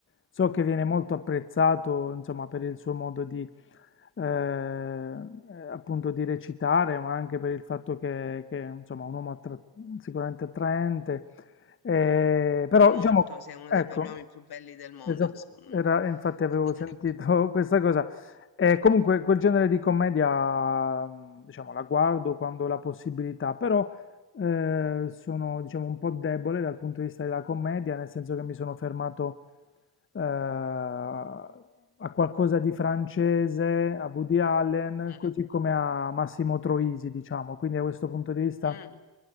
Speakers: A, on the left; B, on the left.
A: so che viene molto apprezzato, insomma, per il suo modo di, eh, eh, appunto, di recitare, ma anche per il fatto che, che, insomma, è un uomo attra- sicuramente attraente, Eh, però,
B: Molto,
A: diciamo,
B: sei uno
A: ecco.
B: dei be- gli uomini più belli del mondo,
A: Esatto,
B: secondo
A: era,
B: me.
A: infatti avevo
B: <laughs>
A: sentito <laughs> questa cosa. E comunque quel genere di commedia, mm, diciamo, la guardo quando ho la possibilità, però eh, sono, diciamo, un po' debole dal punto di vista della commedia, nel senso che mi sono fermato eh, a qualcosa di francese, a Woody Allen,
B: Mhm.
A: così come a Massimo Troisi, diciamo. Quindi da questo punto di vista
B: Mm,